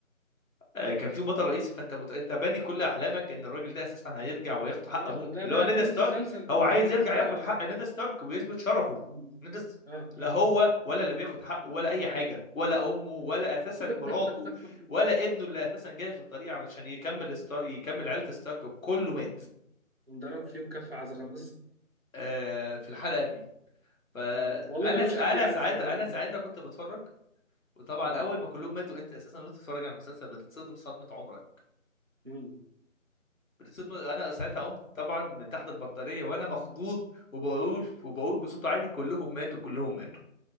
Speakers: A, on the left (about 75°); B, on the right (about 45°).
A: آه، كان فيهم بطل رئيسي فانت مت... انت باني كل احلامك ان الراجل ده اساسا هيرجع وياخد
B: خلاص
A: حق ابوه
B: ده
A: اللي
B: بقى
A: هو نيد
B: بقية
A: ستارك
B: المسلسل بقى
A: هو عايز
B: خلاص
A: يرجع
B: ايوه
A: ياخد
B: عارف
A: حق نيد ستارك ويثبت شرفه
B: مم.
A: نيد س-
B: اه
A: لا هو ولا اللي بياخد حقه ولا اي حاجه ولا امه ولا اساسا مراته
B: <laughs>
A: ولا ابنه اللي اساسا جاي في الطريق علشان يكمل ستار... يكمل عيله ستارك كله مات
B: انضرب فيهم كف عزة خلاص
A: آه، في الحلقه دي فانا
B: اه والله ملوش
A: س... انا
B: حد يعزي
A: ساعتها
B: كمان
A: انا ساعتها كنت بتفرج وطبعا
B: اه
A: اول ما كلهم ماتوا انت اساسا وانت بتتفرج على المسلسل بتتصدم صدمه عمرك
B: مم.
A: صرنا- انا ساعتها قمت طبعا من تحت البطاريه وانا مخضوض وبقول وبقول بصوت عالي كلهم ماتوا كلهم ماتوا